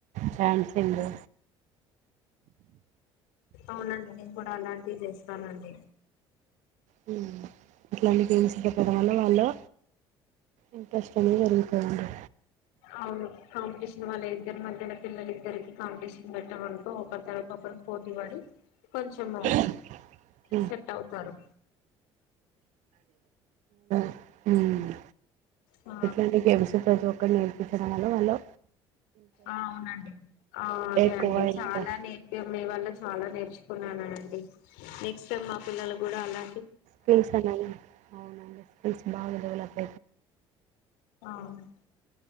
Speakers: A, on the right (about 65°); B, on the left (about 75°).
A: dancing
B: అవునండి. నేను కూడా అలాంటివి చేస్తానండి.
A: హ్ అట్లాంటి గేమ్స్ ఇయటం వల్లా వాల్లో ఇంట్రెస్ట్ అనేది పెరుగుతది అండి.
B: అవును కాంపిటీషన్ వాళ్ళ ఇద్దరి మధ్యలో పిల్లలు ఇద్దరికి కాంపిటీషన్ పెట్టాము అనుకో ఒకరి తర్వాత ఒకరు పోటీ పడి కొంచెము
A: హ్ <inaudible>
B: సెట్ అవుతారు
A: హ్
B: ఆ
A: ఇట్లాంటి గేమ్స్ ప్రతి ఒ కటి నేర్పించడం వళ్ళా వాళ్ళో
B: అవునండి ఆ అదే
A: ఎక్కువ
B: అండి చాలా
A: ఇంకా
B: నేర్పియం మీ వల్లా చాలా నేర్చుకున్నానండి నెక్స్ట్ టైమ్ మా పిల్లలు కూడా అలా
A: పిల్స్ <inaudible> అవునండి స్పిల్స్ బాగడెవలప్
B: అవును